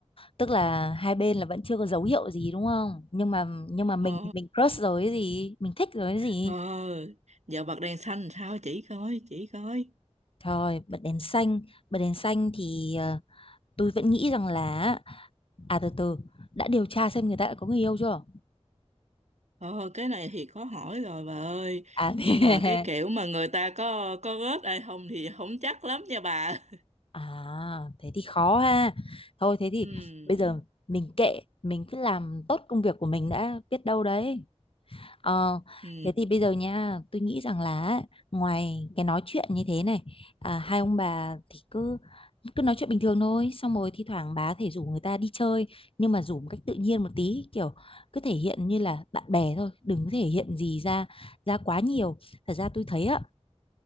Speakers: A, on the left; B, on the right.
A: tức là hai bên là vẫn chưa có dấu hiệu gì đúng không? Nhưng mà nhưng mà mình
B: ờ
A: thì mình crush rồi cái gì, mình thích rồi cái gì.
B: ờ giờ bật đèn xanh sao chỉ coi chỉ coi
A: thôi bật đèn xanh, bật đèn xanh thì ờ, tôi vẫn nghĩ rằng là À từ từ, đã điều tra xem người ta đã có người yêu chưa?
B: Ờ, cái này thì khó hỏi rồi bà ơi
A: À,
B: Nhưng mà cái kiểu
A: <laughs>
B: mà người ta có có rớt ai không thì không chắc lắm nha bà <laughs>
A: à thế thì khó ha. Thôi thế thì
B: Ừ,
A: bây giờ mình kệ, mình cứ làm tốt công việc của mình đã biết đâu đấy. Ờ,
B: ừ.
A: thế thì bây giờ nha, tôi nghĩ rằng là á, ngoài cái nói chuyện như thế này, à, hai ông bà thì cứ cứ nói chuyện bình thường thôi, xong rồi thi thoảng bà có thể rủ người ta đi chơi, nhưng mà rủ một cách tự nhiên một tí, kiểu cứ thể hiện như là bạn bè thôi, đừng có thể hiện gì ra ra quá nhiều. Thật ra tôi thấy á